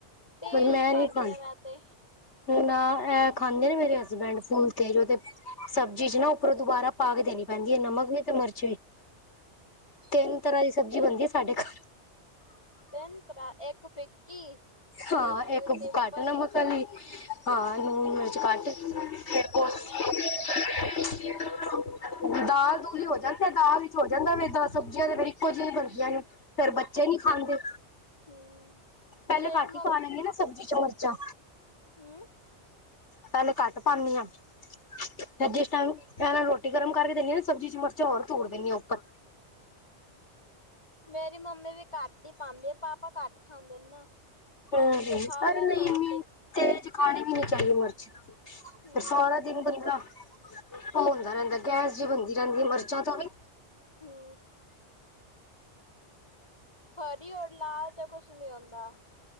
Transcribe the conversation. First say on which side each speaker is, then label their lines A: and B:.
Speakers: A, on the left; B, on the left.
A: ਤੇਜ
B: ਬਈ ਮੈਂ
A: ਹੀ ਖਾਂਦੀ
B: ਨਹੀਂ ਖਾਣੀ।
A: ਆ ਮੈਂ ਤੇ
B: ਨਾ, ਇਹ ਖਾਂਦੇ ਨੇ ਮੇਰੇ ਹਸਬੈਂਡ ਫੁੱਲ ਤੇਜ਼ ਉਹਤੇ ਸਬਜ਼ੀ 'ਚ ਨਾ ਉੱਪਰੋਂ ਦੁਬਾਰਾ ਪਾ ਕੇ। ਦੇਣੀ ਪੈਂਦੀ ਹੈ। ਨਮਕ ਵੀ, ਤੇ ਮਿਰਚ ਵੀ
A: ਅੱਛਾ
B: ਤਿੰਨ ਤਰ੍ਹਾਂ ਦੀ ਸਬਜ਼ੀ ਬਣਦੀ ਹੈ ਸਾਡੇ ਘਰ।
A: ਤਿੰਨ ਤਰ੍ਹਾਂ ਇੱਕ ਫਿੱਕੀ,
B: ਹਾਂ
A: ਇੱਕ ਸਿੰਪਲ।
B: ਘੱਟ ਨਮਕ ਵਾਲੀ ਹਾਂ, ਲੂਣ ਮਿਰਚ ਘੱਟ
A: ਤੇ ਇੱਕ ਮਿਰਚਾਂ
B: ਫਿਰ <unintelligible>
A: ਤੇਜ
B: ਦਾਲ- ਦੂਲ ਹੀ ਹੋ ਜਾਂਦਾ, ਦਾਲ ਵਿੱਚ ਹੋ ਜਾਂਦਾ ਫੇਰ ਤਾਂ ਸਬਜ਼ੀਆਂ ਤੇ ਫੇਰ ਇੱਕੋ ਜਹੀਆਂ ਬਣਦੀਆਂ ਨੇ ਫੇਰ ਬੱਚੇ ਨੀ। ਹਾਂਜੀ,
A: ਹਮ
B: ਪਹਿਲੇ
A: ਮੇਰੀ
B: ਘੱਟ ਹੀ ਪਾ ਰਹੀ ਹਾਂ ਸਬਜ਼ੀ 'ਚ ਮਰਚਾਂ।
A: ਹੂੰ।
B: ਪਹਿਲੇ ਘੱਟ ਪਾਉਣੀ ਆ। ਫੇਰ ਜਿਸ ਟਾਈਮ ਇਹਨਾਂ ਰੋਟੀ। ਤੇ ਗਰਮ ਕਰਕੇ ਦਿੰਦੀ ਹਾਂ। ਸਬਜ਼ੀ 'ਚ ਮਰਚਾਂ ਹੋਰ ਤੋੜ ਦਿੰਦੀ ਹਾਂ, ਉੱਪਰ।
A: ਮੇਰੀ ਮੰਮੀ ਵੀ ਘੱਟ ਹੀ ਪਾਉਂਦੀ ਆ। ਪਾਪਾ ਘੱਟ ਖਾਂਦੇ ਨੇ ਨਾ।
B: ਉਹ
A: ਅਸੀਂ
B: -ਹ, ਇੰਨੀ-
A: ਤੇ ਖਾ ਲੈਂਦੇ
B: ਇੰਨੀ
A: ਹਾਂ
B: ਤੇਜ ਖਾਣੀ ਨਹੀਂ ਚਾਹੀਏ ਮਿਰਚ,
A: ਹਮ
B: ਫਿਰ ਸਾਰਾ ਦਿਨ ਬੰਦਾ। ਉਹ ਹੁੰਦਾ ਰਹਿੰਦਾ ਹੈ। ਗੈਸ ਜੀ ਬਣਦੀ ਰਹਿੰਦੀ ਮਿਰਚਾਂ ਤੋਂ ਵੀ।
A: ਹੁੰ ਹਰੀ ਔਰ ਲਾਲ ਤੇ ਕੁਛ ਨੀ ਹੁੰਦਾ